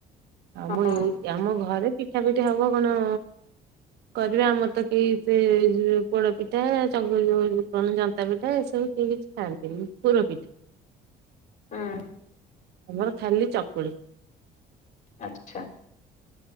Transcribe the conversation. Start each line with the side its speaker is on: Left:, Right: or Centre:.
Right: ଆମ
Left: ହଁ
Right: ଏଇ ଆମ ଘରେ ପିଠା ପିଠି ହବ କଣ, କରିବେ ଆମର ତ କେହି ସେ ପୋଡପିଠା ଚକୁଳି <unintelligible> ପିଠା ଫିଠା ଏସବୁ କେହି କିଛି ଖାଆନ୍ତିନି ପୁର ପିଠା,
Left: ହଁ,
Right: ଆମର ଖାଲି ଚକୁଳି,
Left: ଆଚ୍ଛା,